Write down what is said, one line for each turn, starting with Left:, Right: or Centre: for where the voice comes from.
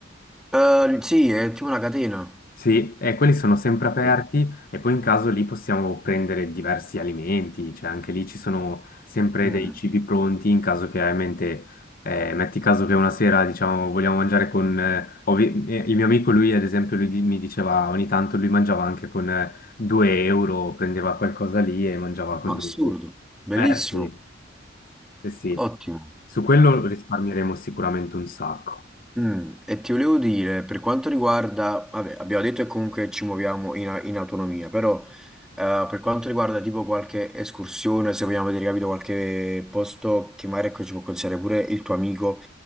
Centre: Eh, sì, è tipo una catena.
Left: Sì, e quelli sono sempre
Centre: Ok.
Left: aperti e poi in caso lì possiamo prendere diversi alimenti, cioè anche lì ci sono sempre
Centre: Mm.
Left: dei cibi pronti in caso che hai in mente, eh, metti caso che una sera diciamo vogliamo mangiare con, eh, ovvi- eh, il mio amico lui ad esempio lui di- mi diceva ogni tanto lui mangiava anche con eh, 2 euro, prendeva qualcosa lì e mangiava con
Centre: Assurdo.
Left: 2 euro.
Centre: Bellissimo.
Left: Eh sì, sì, sì,
Centre: Ottimo.
Left: su quello risparmieremo sicuramente un sacco.
Centre: Mm, e ti volevo dire, per quanto riguarda, vabbè, abbiamo detto che comunque ci muoviamo in, in autonomia, però eh, per quanto riguarda tipo qualche escursione, se vogliamo vedere, capito, qualche posto che magari ecco, ci può consigliare pure il tuo amico,